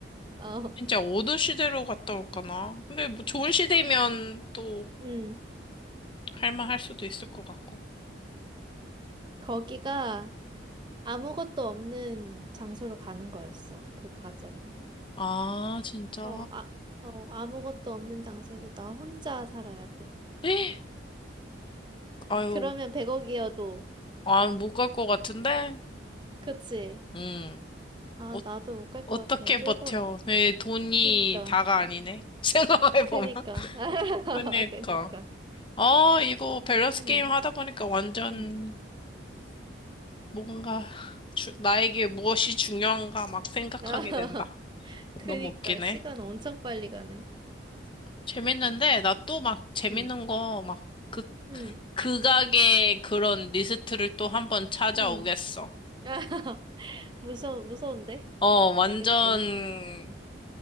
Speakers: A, on the right (about 25°); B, on the left (about 25°).
A: 어,
B: 진짜 어느 시대로 갔다 올까나? 근데 뭐 좋은 시대면 또
A: 응.
B: 할만할 수도 있을 것 같고.
A: 거기가 아무것도 없는 장소로 가는 거였어, 그 가정.
B: 아, 진짜.
A: 어, 아, 어, 아무것도 없는 장소에서 나 혼자 살아야 돼.
B: 에이, 아유,
A: 그러면 백억이어도
B: 아, 못 갈 것 같은데?
A: 그치?
B: 음,
A: 아,
B: 어,
A: 나도 못 갈
B: 어떻게
A: 것 같아. 쫄보라.
B: 버텨? 내 돈이
A: 그니까,
B: 다가 아니네. <laughs>
A: 그니까,
B: 생각해보면.
A: <laughs>
B: 그러니까.
A: 그니까.
B: 아, 이거 밸런스
A: 응,
B: 게임 하다 보니까 완전
A: 응.
B: 뭔가 주- 나에게 무엇이 중요한가 막 생각하게
A: <laughs>
B: 된다.
A: 그니까,
B: 너무 웃기네.
A: 시간 엄청 빨리 가네.
B: 재밌는데, 나 또 막 재밌는
A: 응,
B: 거막그
A: 응,
B: 극악의 그런 리스트를 또 한 번 찾아오겠어.
A: 응. <laughs> 야, 무서워, 무서운데?
B: 어, 완전,
A: 알겠어.